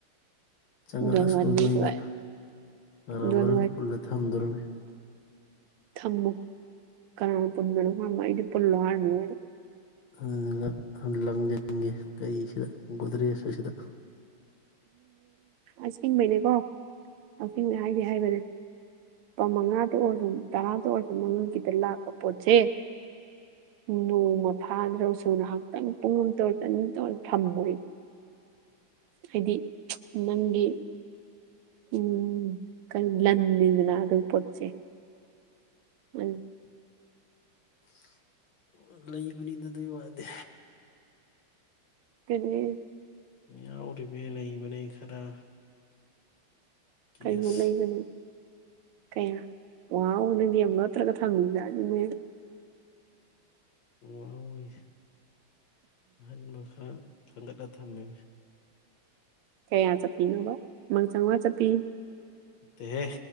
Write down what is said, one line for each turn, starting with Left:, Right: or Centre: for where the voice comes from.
Left: ꯆꯪꯉꯛꯑꯁꯨꯗꯣ
Right: ꯗꯣꯟ ꯋꯥꯔꯤꯁꯨ
Left: ꯑꯩꯅ ꯕꯔꯒ
Right: ꯗꯣꯟ
Left: ꯄꯨꯜꯂ ꯊꯝꯗꯣꯔꯝꯃꯤ
Right: ꯊꯝꯃꯣ ꯀꯅꯥ ꯄꯨꯟꯅꯃ ꯏꯗꯤ ꯄꯨꯜꯂ ꯍꯥꯜꯃꯤ
Left: ꯑꯗꯨꯒ ꯂꯪꯖꯪꯒꯦ ꯀꯩꯁꯤꯗ ꯒꯨꯗ꯭ꯔꯦꯖ ꯑꯁꯤꯗ
Right: ꯑꯁꯤꯡ ꯃꯅꯦ ꯋꯥ ꯑꯅ ꯍꯥꯏꯗꯤ ꯍꯥꯏꯕꯅꯦ ꯂꯨꯄꯥ ꯃꯉꯥꯗ ꯑꯣꯏꯔꯁꯨ ꯇꯔꯥꯗ ꯑꯣꯏꯔꯁꯨ ꯃꯉꯒꯤꯗ ꯂꯥꯛꯄ ꯄꯣꯠꯁꯦ ꯅꯣꯡꯃ ꯐꯥꯗ꯭ꯔꯣꯁꯨ ꯉꯥꯏꯍꯥꯛꯇꯪ ꯄꯨꯡ ꯑꯃꯇ ꯑꯣꯏꯔ ꯆꯅꯤꯇ ꯑꯣꯏ ꯊꯝꯃꯣꯏ ꯍꯥꯏꯗꯤ ꯅꯪꯒꯤ ꯎ ꯀꯔꯤ ꯂꯟꯅꯤꯗꯅ ꯑꯗꯨꯒꯤ ꯄꯣꯠꯁꯦ ꯎꯝ
Left: <unintelligible> ꯂꯩꯕꯅꯤ ꯑꯗꯨ ꯑꯗꯨ
Right: ꯀꯅꯤ
Left: ꯌꯥꯎꯔꯤꯕ ꯂꯩꯕꯅꯦ ꯈꯔ ꯀꯦꯁ
Right: ꯀꯩꯕꯨ ꯂꯩꯕꯅꯤ ꯀꯌꯥ ꯋꯥꯅꯗꯤꯦꯝ ꯅꯠꯇ꯭ꯔꯒ ꯊꯝꯃꯤꯕ ꯑꯗꯨꯅꯦ
Left: ꯎ ꯑꯣꯏꯣꯏꯁ ꯑꯍꯟ ꯃꯁꯥꯜ ꯈꯥꯡꯒꯠꯂ ꯊꯝꯃꯤ
Right: ꯀꯌꯥ ꯆꯠꯄꯤꯅꯣꯕ ꯏꯃꯪ ꯆꯥꯝꯃꯉꯥ ꯆꯠꯄꯤ
Left: ꯗꯦꯍꯦ